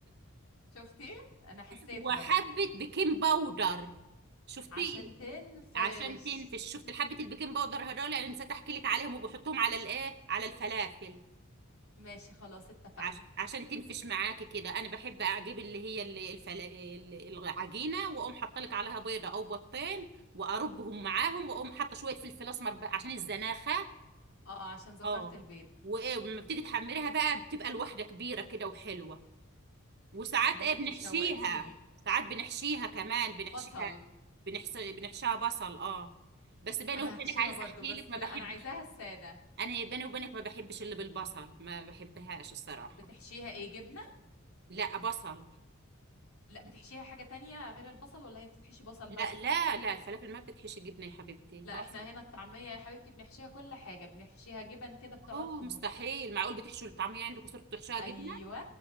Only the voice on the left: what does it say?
شفتي؟ انا حسيت
برضو
عشان تنفش
ماشي خلاص اتفقنا
اه عشان زفرت
البيض
لا خلاص
انت
شوقتيني
بصل
انا
هحشيها
برضو
بس
لا
انا عايزاها السادة
بتحشيها ايه جبنة
لا بتحشيها حاجة تانية غير البصل ولا هي بتحشي بصل
بس
لا
احنا هنا الطعمية يا حبيبتي بنحشيها كل حاجة بنحشيها جبن كده بتقعد
تمط
ايوه